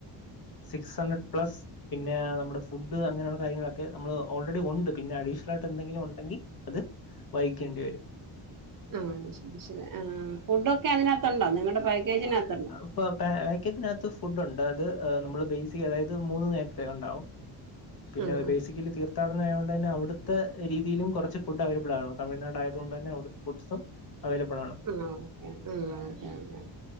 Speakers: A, on the left; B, on the right.
A: സിക്സ് ഹൺഡ്രഡ് പ്ലസ് പിന്നെ നമ്മുടെ ഫുഡ് അങ്ങനെയുള്ള കാര്യങ്ങളൊക്കെ നമ്മൾ ഓൾറെഡി ഉണ്ട് പിന്നെ അഡീഷണൽ ആയിട്ട് എന്തെങ്കിലും ഉണ്ടെങ്കിൽ അത് വായിക്കേണ്ടി വരും
B: ആ ശരി ശരി ആ ഫുഡ് ഒക്കെ അതിനകത്തുണ്ടോ നിങ്ങളുടെ പാക്കേജിനകത്ത്
A: അപ്പൊ പാക്കറ്റിനകത്ത് ഫുഡ്ുണ്ട് അത് നമ്മള് ബ അതായത് മൂന്ന നേരത്തെ ഉണ്ടാവും പിന്നെ
B: ആഹ്
A: ബേസിക്കല തീർ തർഥാടന ആതുകണ്ട് തന്നെ അവിടുത്തെ രീതിയിലും കുറച്ച് ഫുഡ് അവൈലബിളാണ് ആണോ തമിഴ്നാ ആയതുകൊണ്ട് തന്നെ അവിടുത്തെ ഫുഡ്സും അവൈലബിൾ ആണ്
B: ആഓെ ഓ കെ ഓകെ